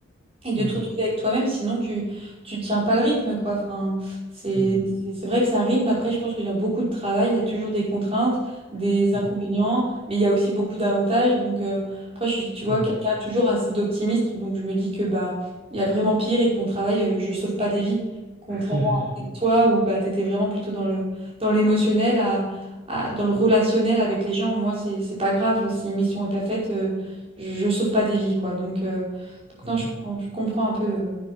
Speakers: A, on the right (about 30°); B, on the right (about 45°).
A: et de
B: Mm.
A: te retrouver avec toi-même, sinon tu tu tiens pas le rythme quoi. Enfin, c'est
B: Mm.
A: c'est c'est vrai que c'est un rythme. Après, je pense que dans beaucoup de travail, il y a toujours des contraintes, des inconvénients,
B: Ouais.
A: mais il y a aussi beaucoup d'avantages. Donc euh, après, je suis tu vois
B: Mm.
A: quelqu'un toujours assez d'optimiste, donc je me dis que bah il y a vraiment pire et que mon travail, euh, je sauve pas des vies, contrairement
B: <laughs>
A: à toi où bah t'étais vraiment plutôt dans le dans l'émotionnel à, à- dans le relationnel avec les gens. Moi, c'est c'est pas grave si une mission est pas faite, euh, je, je sauve pas des vies quoi. Donc euh, donc
B: Ouais.
A: non,
B: Ouais.
A: je, com- je comprends un peu. euh,